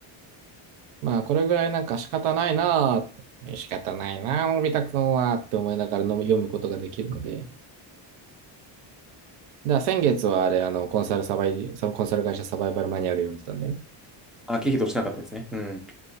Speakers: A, on the right; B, in the centre.
A: まあ、これぐらいなんか仕方ないなあって仕方ないなあのび太くんは、って思いながらの読むことができるので。だから先月はあれ、あの、コンサルサバイ、そのコンサル会社サバイバルマニュアル読んでたんだよね。
B: あ、経費としなかったですね。うん。